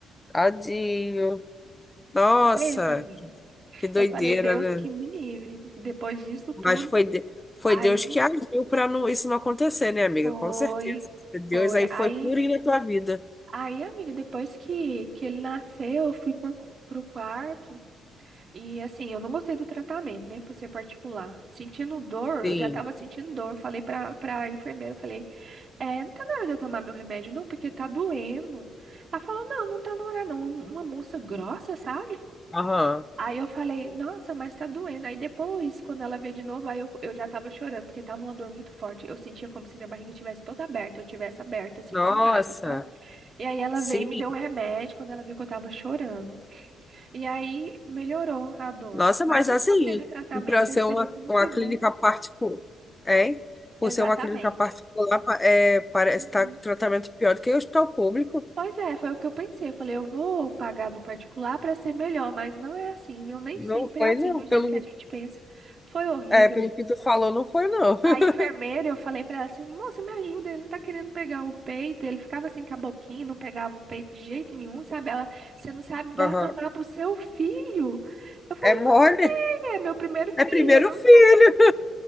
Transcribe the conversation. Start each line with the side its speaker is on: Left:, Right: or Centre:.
Left: Tadinho. Nossa,
Right: E pensa, menina.
Left: que que doideira,
Right: Eu falei, Deus
Left: né?
Right: que me livre. Depois disso tudo,
Left: Mas foi, de- foi
Right: aí
Left: Deus que agiu para não, isso não acontecer, né, amiga?
Right: foi,
Left: Com certeza. Deus
Right: foi.
Left: aí
Right: Aí,
Left: foi purinho na tua vida.
Right: aí, amiga, depois que, que ele nasceu, eu fui por, cu- pro quarto. E assim, eu não gostei do tratamento, né? Por ser particular. Sentindo dor,
Left: Sim.
Right: eu já tava sentindo dor. Eu Falei pra, pra enfermeira, eu falei, é, não tá na hora de eu tomar meu remédio, não, porque tá doendo. Ela falou, não, não tá na hora, não. Uma, uma moça grossa, sabe?
Left: Aham.
Right: Aí eu falei, nossa, mas tá doendo. Aí depois, quando ela veio de novo, aí eu, eu já tava chorando, porque tava uma dor muito forte. Eu sentia como se minha barriga tivesse toda aberta, eu tivesse aberta, assim,
Left: Nossa.
Right: sem nada, sabe? E aí ela
Left: Sim.
Right: veio e me deu um remédio quando ela viu que eu tava chorando. E aí melhorou a dor.
Left: Nossa,
Right: Mas
Left: mas
Right: eu
Left: assim,
Right: não gostei do tratamento,
Left: para ser
Right: a experiência
Left: uma,
Right: não
Left: uma
Right: foi boa.
Left: clínica particular, hein? Por
Right: Exatamente.
Left: ser uma clínica particular, pa- é, parece
Right: Uhum.
Left: estar tratamento pior do que o hospital público.
Right: Pois é, foi o que eu pensei. Eu falei, eu vou pagar no particular para ser melhor, mas não é assim, viu? Nem
Left: Não
Right: sempre
Left: foi,
Right: é assim,
Left: não.
Right: do
Left: Pelo,
Right: jeito que a gente pensa. Foi horrível.
Left: é, pelo que tu falou, não foi, não.
Right: A
Left: <laughs>
Right: enfermeira, eu falei pra ela assim, moça, me ajuda, ele não tá querendo pegar o peito. Ele ficava assim com a boquinha, não pegava o peito de jeito nenhum, sabe? Ela, você não sabe dar
Left: Aham.
Right: mamar pro seu filho. Eu falei,
Left: É mole.
Right: não sei, é meu primeiro filho,
Left: É primeiro
Right: eu não
Left: filho.
Right: sei como que.